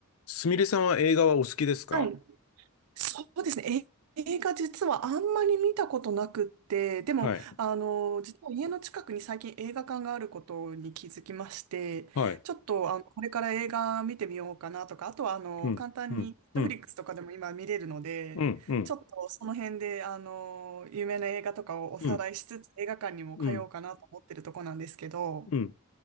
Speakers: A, on the left; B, on the right.
A: すみれさんは映画はお好きですか
B: はい。そうですね。え映画実はあんまり見たことなくって、でも、
A: はい。
B: あの、実は家の近くに最近映画館があることに気づきまして、
A: はい。
B: ちょっと、あの、これから映画見てみようかなとか、あとは、あの、
A: うん。
B: 簡単に
A: うん。
B: Netflix
A: うん。
B: とかでも今見れるので、
A: うん。うん。
B: ちょっとその辺で、あの、有名な映画とかをおさらいしつつ、
A: うん。
B: 映画館にも通おうかなと思ってるとこなんですけど、
A: うん。うん